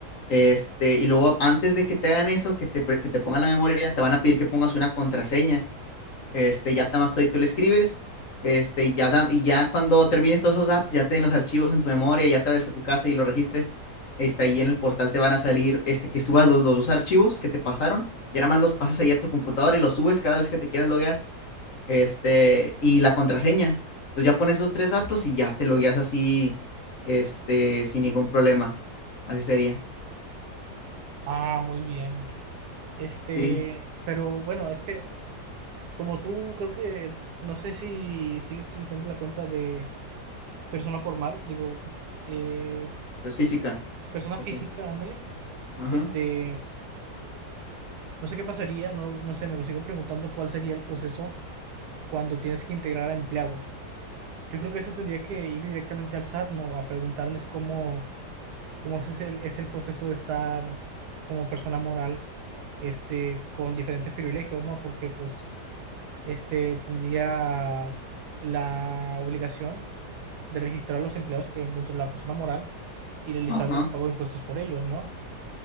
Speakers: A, on the left; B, on the right.
A: Este, y luego antes de que te hagan eso, que te, pre- que te pongan la memoria, te van a pedir que pongas una contraseña. Este, ya nada más tú, y tú le escribes. Este, y ya, da- y ya cuando termines todos esos datos, ya te den los archivos en tu memoria, ya te vayas a tu casa y los registres. Este, ahí en el portal te van a salir este, que subas los, los dos archivos que te pasaron. Y nada más los pasas ahí a tu computadora y los subes cada vez que te quieras loguear. Este, y la contraseña. Entonces ya pones esos tres datos y ya te logueas así, este, sin ningún problema. Así sería.
B: Ah, muy bien. Este,
A: Sí,
B: pero bueno, es que Como tú, creo que no sé si sigues utilizando la cuenta de persona formal, digo, de
A: pues física.
B: persona
A: Ok.
B: física, ándale.
A: Ajá.
B: Este, no sé qué pasaría, no, no sé, me lo sigo preguntando cuál sería el proceso cuando tienes que integrar a empleados. Yo creo que eso tendría que ir directamente al SAT, ¿no? A preguntarles cómo, cómo es el, es el proceso de estar como persona moral, este, con diferentes privilegios, ¿no? Porque, pues, este, tendría la obligación de registrar los empleados que dentro de la persona moral y realizar
A: Ajá.
B: el pago de impuestos por ellos, ¿no?